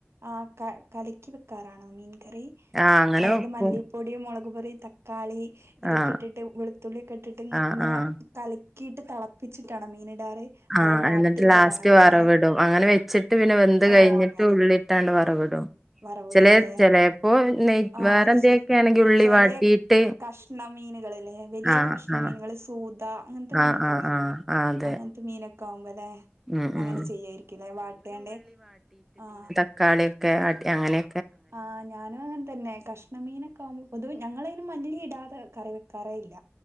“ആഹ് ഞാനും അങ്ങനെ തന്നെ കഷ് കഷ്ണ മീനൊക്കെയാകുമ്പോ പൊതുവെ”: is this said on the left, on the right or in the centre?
Right